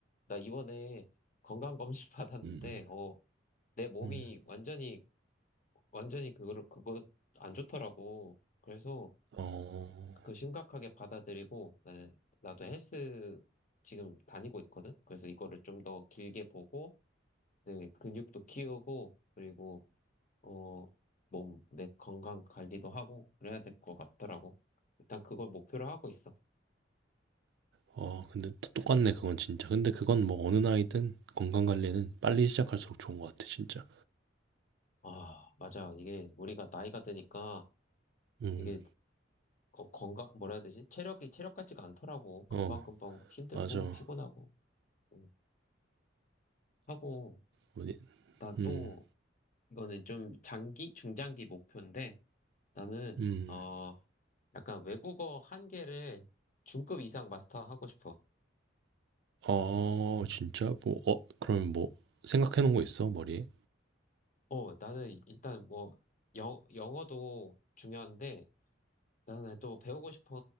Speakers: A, on the left; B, on the right.
A: 나 이번에 건강 검진 <laughs> 받았는데,
B: 음,
A: 어, 내 몸이
B: 음. 음.
A: 완전히 완전히 그거를 그거 안 좋더라고. 그래서
B: 어, 어,
A: 그 심각하게 받아들이고 나, 나도 헬스 지금 다니고 있거든. 그래서 이거를 좀 더 길게 보고 내 근육도 키우고 그리고 어, 몸, 내 건강 관리도 하고 그래야 될 것 같더라고. 일단 그걸 목표로 하고 있어.
B: 어. 근데 다 똑같네 그건 진짜. 근데 그건 뭐 어느 나이든 건강 관리는 빨리 시작할수록 좋은 것 같아 진짜.
A: 아, 맞아. 이게 우리가 나이가 드니까
B: 음,
A: 이게 어, 건강 뭐라 해야 되지? 체력이 체력 같지가 않더라고. 금방금방
B: 어,
A: 막 힘들고
B: 맞아.
A: 피곤하고 음, 하고
B: 뭐지?
A: 나또
B: 음,
A: 이거는 좀 장기, 중장기 목표인데 나는
B: 음.
A: 어 약간 외국어 한 개를 중급 이상 마스터하고 싶어.
B: 어, 진짜? 뭐, 어, 그러면 뭐 생각해 놓은 거 있어 머리에?
A: 어 나는 일단 뭐 영, 영어도 중요한데 나는 또 배우고 싶은